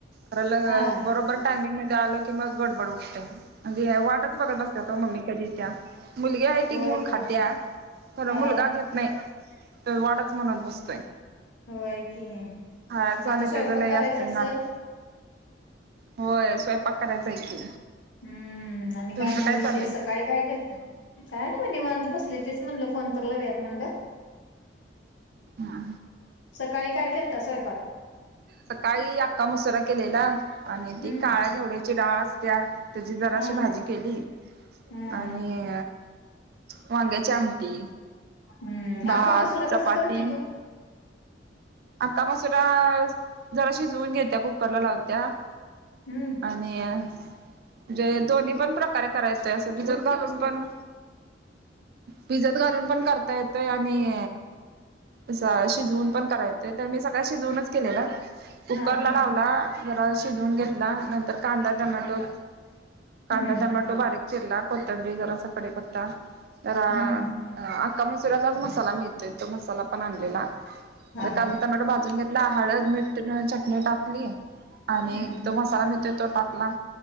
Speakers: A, on the right (about 55°); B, on the left (about 85°).
A: खरं ल,
B: हा
A: बरोबर टायमिंग मध्ये आलो कि मग गडबड उठते. अगं ह्या वाटच बघत असत्यात मम्मी कधी इत्या. मुलगी आहे ती
B: होय
A: घेऊन खात्या,
B: की
A: खर
B: हा.
A: मुलगा घेत नाही. तर वाडचं म्हणत बसतयं.
B: होय की
A: खायाचं
B: आता
A: आणि
B: स्वयंपाक
A: त्याचं लय
B: करायचा
A: असतय
B: असल
A: नाटक होय, स्वयंपाक करायचा हाय की.
B: हम, आणि
A: तुमचं
B: काय मग विशेष
A: चाललंय
B: सकाळी काय केलतं, काय नाही ब निवांत बसले तेच म्हणलं, फोन तर लावुयात म्हणलं.
A: हा.
B: सकाळी काय केलता स्वयंपाक?
A: सकाळी अख्खामसुरा केलेला. आणि ती
B: हम्म
A: काळ्या घेवड्याची डाळ असत्या, त्याची जराशी
B: हा हा
A: भाजी केली.
B: हम्म
A: आणि वांग्याची आमटी
B: हम्म
A: भात,
B: अख्खा मसुरा
A: चपाती.
B: कसा करती तू?
A: अख्खामसुरा जरा शिजवून घेत्या, कुक्करला लावत्या.
B: हम्म
A: आणि अ म्हणजे दोन्ही पण प्रकारे करायचय येतोय, असं भिजत घालून पण भिजत घालून पण करता येतोय आणि असं शिजवून पण कराय येतोय, तर मी सकाळी शिजवूनच केलेला. कुकर
B: हा हा
A: ला लावला
B: हा
A: जरा शिजवून घेतला, नंतर कांदा, टोमॅटो कांदा,
B: हम्म
A: टोमॅटो बारीक चिरला कोथंबीर जरासा कडीपत्ता तर
B: हम्म
A: अख्खा मसुरचाच मसाला मिळतोय, तो मसाला पण आणलेला.
B: हा
A: कांदा,
B: हा
A: टोमॅटो भाजून घेतला हळद, मोठ, चटणी टाकली. आणि
B: हम्म
A: तो मसाला मिळतोय तो टाकला.